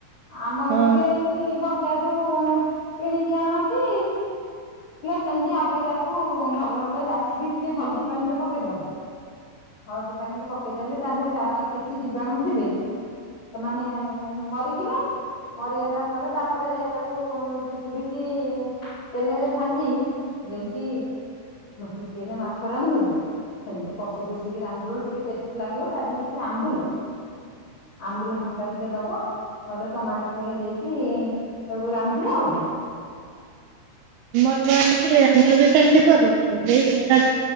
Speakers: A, on the left; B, on the right.
A: ଆମର
B: ହଁ
A: ଟିକେ ଏଇ ବ ବଜାରରୁ କିଣିକି ଆଣନ୍ତି ସେମିତି ଆଗେ ତାକୁ ଭଲ ଭାରେ ବାଛିକି ଟିକେ ହଳଦୀ ପାଣି ରେ ପକେଇଦବ। ହଳଦୀ ପାଣିରେ ପକେଇଦେଲେ, ତା ଦେହରେ କିଛି ଯିବାଣୁ ଥିବେ ସେମାନେ ମରିଯିବେ। ମରିଗଲା ପରେ, ତାପରେ ତାକୁ ଚିପୁଡିକି ତେଲରେ ଭାଜି ଯେମିତି ଚିକେନ ମାଛ ରାନ୍ଧୁନା ସେମିତି କଷି କୁଷିକି ରାନ୍ଧିବ ଟିକେ ଟେଷ୍ଟି ଲାଗିବ, ତା ଦେହରେ ଟିକେ ଆମ୍ବୁଲ ଆମ୍ବୁଲ ଖଟା ଟିକେ ଦବ। ନହେଲେ ଟମାଟୋ ଟିକେ ଦେଇକି ତାକୁ ରାନ୍ଧିବ ଆଉ।
B: ଆମର ତ ଏନତି ଆମର ବି ସେମିତି କରୁ। ଏଇଟା